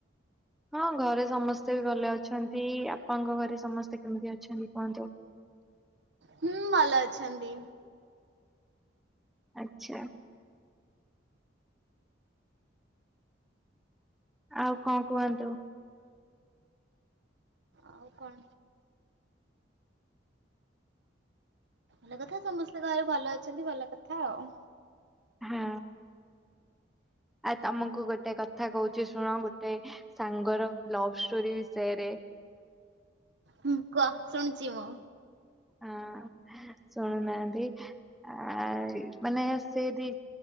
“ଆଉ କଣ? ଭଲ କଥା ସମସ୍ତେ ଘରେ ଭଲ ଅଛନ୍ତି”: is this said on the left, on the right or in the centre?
Right